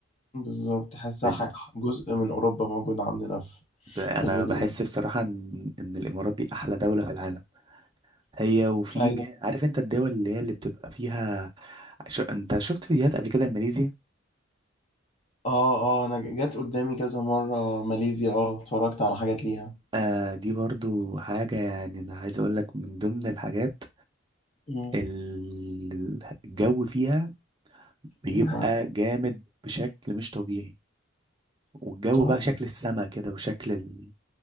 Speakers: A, on the left; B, on the right.
A: بالظبط تحسها
B: طيب،
A: ح- جزء من اوروبا موجود عندنا في
B: أنا
A: في الميدل
B: بحس
A: ايست
B: بصراحة إن إن الإمارات دي أحلى دولة في العالم هي وفي
A: ايوه
B: ج- عارف انت الدول اللي هي اللي بتبقى فيها ش... انت شفت فيديوهات قبل كده لماليزيا
A: اه اه انا جت قدامي كذا مره ماليزيا اه اتفرجت على حاجات ليها
B: آه دي برضو حاجة يعني انا عايز اقول لك من ضمن الحاجات
A: مم.
B: ال- الجو فيها بيبقى
A: اه
B: جامد بشكل مش طبيعي والجو
A: طيب
B: بقى شكل السما كده وشكل ال...